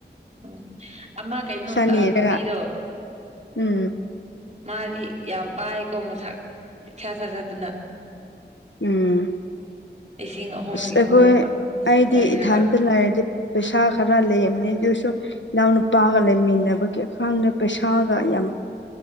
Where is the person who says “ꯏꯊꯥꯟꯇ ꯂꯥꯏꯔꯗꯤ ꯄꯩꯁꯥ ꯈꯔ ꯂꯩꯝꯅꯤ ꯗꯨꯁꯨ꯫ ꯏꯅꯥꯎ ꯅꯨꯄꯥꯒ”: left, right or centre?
Left